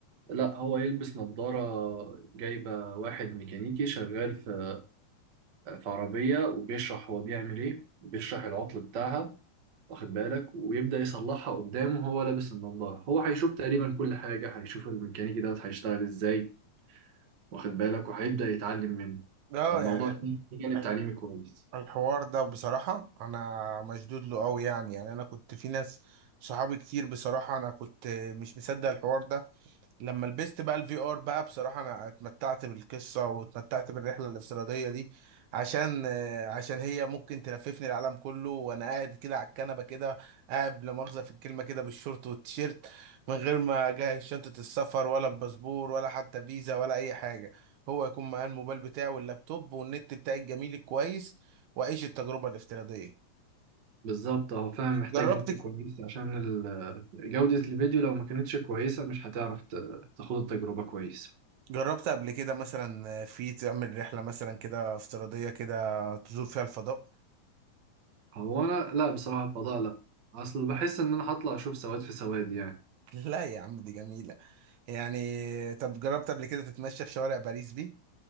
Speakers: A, on the right (about 50°); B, on the right (about 80°).
A: لا هو يلبس نظارة جايبة واحد ميكانيكي شغال في في عربية وبيشرح هو بيعمل إيه بيشرح العطل بتاعها واخد بالك ويبدأ يصلحها قدامه وهو لابس النظارة هو هيشوف تقريبا كل حاجة هيشوف الميكانيكي دوت هيشتغل إزاي واخد بالك وهيبدأ يتعلم منه
B: اه
A: فالموضوع
B: يعني
A: فيه جانب
B: الح-
A: تعليمي كويس
B: الحوار ده بصراحة أنا مشدود له أوي يعني يعني أنا كنت في ناس صحابي كتير بصراحة أنا كنت مش مصدق الحوار ده لما لبست بقى الفي ار بقى بصراحة انا اتمتعت بالقصة واتمتعت بالرحلة الافتراضية دي عشان آه، عشان هي ممكن تلففني العالم كله وانا قاعد كده على الكنبة كده قاعد لا مؤاخذة في الكلمة كده بالشورت والتيشيرت من غير ما اجهز شنطة السفر ولا الباسبور ولا حتى فيزا ولا اي حاجة هو يكون معاه الموبايل بتاعي واللابتوب والنت بتاعي الجميل الكويس واعيش التجربة الافتراضية
A: بالظبط هو فعلا محتاج
B: جربت
A: نت كويس عشان ال- جودة الفيديو لو ما كانتش كويسة مش هتعرف ت- تاخد التجربة كويس
B: جربت قبل كده مثلا في تعمل رحلة مثلا كده افتراضية كده تزور فيها الفضاء
A: هو أنا لا بصراحة الفضاء لا أصل بحس إن أنا هطلع أشوف سواد في سواد يعني
B: لا يا عم دي جميلة يعني طب جربت قبل كده تتمشى في شوارع باريس دي؟